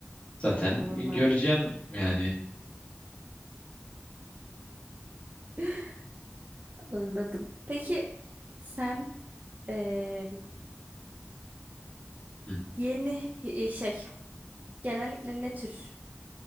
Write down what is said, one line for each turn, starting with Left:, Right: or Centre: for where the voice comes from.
Left: Zaten
Right: Anladım. ben.
Left: göreceğim yani.
Right: <laughs> Anladım. Peki sen eee,
Left: Hı.
Right: yeni e, şey genellikle ne tür